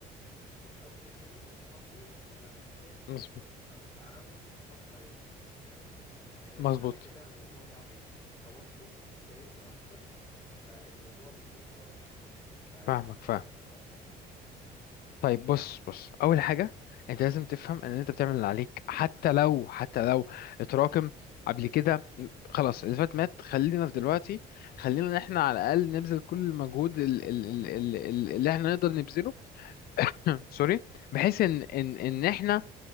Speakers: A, on the left; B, on the left.
A: وبتحاول تكتب اللي انت حافظه لما بتنسى
B: مظبوط
A: ما بتعرفش تفكر انت فاهم يعني
B: مظبوط
A: لا انا كده الموضوع ضاع مني توتر استرس اكتر بقى الموضوع بيبوظ خالص فده
B: فاهمك
A: حصل
B: فاهم
A: معايا النهارده
B: طيب بص بص اول حاجه انت لازم تفهم ان انت بتعمل اللي عليك حتى لو حتى لو اتراكم قبل كده خلاص اللي فات مات خلينا في دلوقتي خلينا ان احنا على الاقل نبذل كل المجهود ال- ال- ال- ال- اللي احنا نقدر نبذله <clears throat> <laughs> سوري بحيث ان ان ان احنا